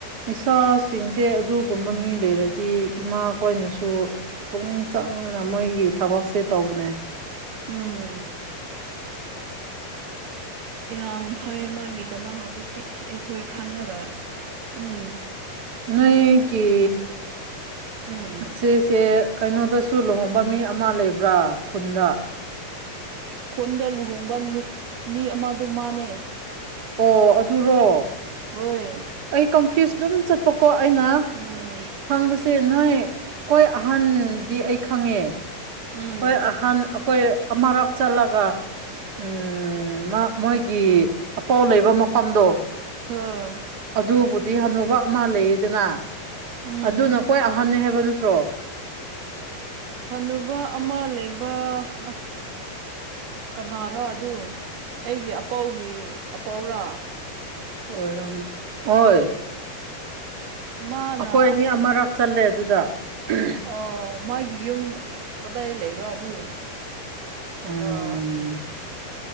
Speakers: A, on the right; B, on the right.
A: ꯏꯁꯥꯁꯤꯡꯁꯦ ꯑꯗꯨꯒꯨꯝꯕ ꯃꯤ ꯂꯩꯔꯗꯤ ꯏꯃꯥ ꯀꯣꯏꯅꯁꯨ ꯄꯨꯛꯅꯤꯡ ꯆꯪꯅ ꯃꯣꯏꯒꯤ ꯊꯕꯛꯁꯦ ꯇꯧꯕꯅꯦ
B: ꯎꯝ ꯌꯥꯝ ꯐꯩ ꯃꯥꯒꯤꯗꯃ ꯍꯧꯖꯤꯛꯇꯤ ꯑꯩꯈꯣꯏ ꯈꯜꯂꯒ ꯎꯝ
A: ꯅ ꯀ
B: ꯎꯝ
A: ꯁꯤꯁꯦ ꯀꯩꯅꯣꯗꯁꯨ ꯂꯨꯍꯣꯡꯕ ꯃꯤ ꯑꯃ ꯂꯩꯕ꯭ꯔꯥ ꯈꯨꯟꯗ
B: ꯈꯨꯟꯗ ꯂꯨꯍꯣꯡꯕ ꯃꯤ ꯑꯃ ꯑꯗꯨ ꯃꯥꯟꯅꯩ
A: ꯑꯣ ꯑꯗꯨꯔꯣ
B: ꯍꯣꯏ
A: ꯑꯩ ꯀꯟꯐ꯭ꯌꯨꯁ ꯑꯗꯨꯝ ꯆꯠꯄꯀꯣ ꯑꯩꯅ
B: ꯎꯝ
A: ꯈꯥꯡꯕꯕꯁꯤ <unintelligible> ꯅꯣꯏ ꯀꯣꯏ ꯑꯍꯟꯗꯤ ꯑꯩ ꯈꯪꯉꯦ
B: ꯎꯝ
A: ꯑꯩꯈꯣꯏ ꯑꯍꯟ ꯑꯩꯈꯣꯏ ꯑꯃꯨꯔꯛ ꯆꯠꯂꯒ ꯎ ꯃꯥ ꯃꯣꯏꯒꯤ ꯑꯄꯥꯎ ꯂꯩꯕ ꯃꯐꯝꯗꯣ
B: ꯍꯥꯥ
A: ꯑꯗꯨꯕꯨꯗꯤ ꯍꯅꯨꯕ ꯑꯃ ꯂꯩꯗꯅ
B: ꯎꯝ
A: ꯑꯗꯨꯅ ꯀꯣꯏ ꯑꯍꯟꯅꯅꯤ ꯍꯥꯏꯕ ꯅꯠꯇ꯭ꯔꯣ
B: ꯍꯟꯅꯨꯕ ꯑꯃ ꯂꯩꯕ ꯑꯁ ꯀꯅꯥꯔꯣ ꯑꯗꯨ ꯑꯩꯒꯤ ꯑꯄꯥꯎꯒꯤ ꯑꯄꯥꯎꯔꯥ
A: ꯑꯣꯏꯔꯝ ꯍꯣꯏ
B: ꯃꯥꯅ
A: ꯑꯩꯈꯣꯏꯅꯤ ꯑꯃꯔꯛ ꯆꯜꯂꯦ ꯑꯗꯨꯗ <unintelligible>
B: ꯑꯥ ꯃꯥꯒꯤ ꯌꯨꯝ ꯀꯗꯥꯏꯗ ꯂꯩꯕ꯭ꯔꯥ ꯑꯗꯨ
A: ꯎꯝ
B: ꯑꯥ